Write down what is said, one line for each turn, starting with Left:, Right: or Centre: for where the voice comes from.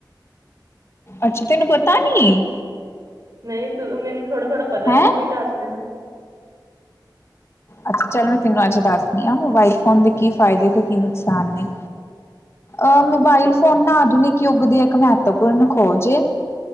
Left: ਅੱਛਾ, ਤੈਨੂੰ ਪਤਾ ਨੀ!
Right: ਨਹੀਂ ਤੂੰ ਮੈਨੂੰ ਥੋੜਾ-ਥੋੜਾ ਪਤਾ
Left: ਹੈਂ
Right: ਹੈ, ਤੂੰ ਵੀ ਦੱਸ ਦੇ ਨਾ।
Left: ਅੱਛਾ, ਚੱਲ ਮੈਂ ਤੈਨੂੰ ਅੱਜ ਦੱਸਦੀ ਹਾਂ ਮੋਬਾਇਲ ਫ਼ੋਨ ਦੇ ਕਿ ਫਾਇਦੇ ਤੇ ਕਿ ਨੁਕਸਾਨ ਨੇ। ਅਹ ਮੋਬਾਇਲ ਫੋਨ ਨਾ ਆਧੁਨਿਕ ਯੁੱਗ ਦੀ ਇੱਕ ਮਹੱਤਵਪੂਰਨ ਖੋਜੇ ਏ।